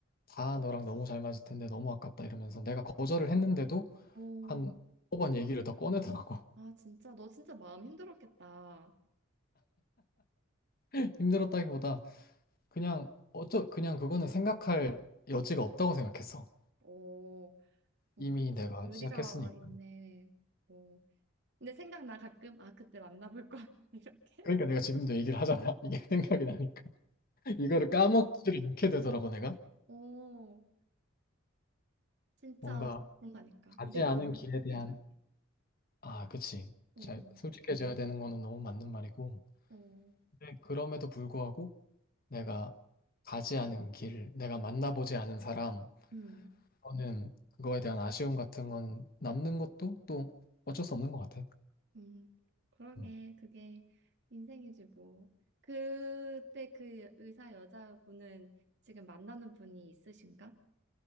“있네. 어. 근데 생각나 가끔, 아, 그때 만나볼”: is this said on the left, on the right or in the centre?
Right